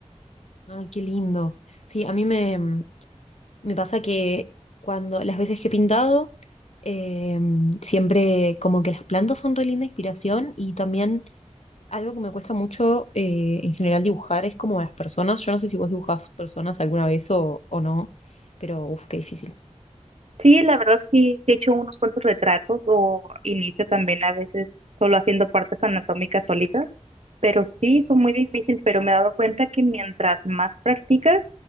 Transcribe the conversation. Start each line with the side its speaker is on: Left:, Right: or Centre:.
Left: Ay, qué lindo. Sí, a mí me, Me pasa que cuando las veces que he pintado, eh, siempre como que las plantas son re linda inspiración y también algo que me cuesta mucho eh, en general dibujar es como las personas. Yo no sé si vos dibujás personas alguna vez o, o no, pero uff, qué difícil.
Right: Sí, la verdad sí, sí he hecho unos cuantos retratos o inicio también a veces solo haciendo partes anatómicas solitas, pero sí, son muy difícil, pero me he dado cuenta que mientras más practicas,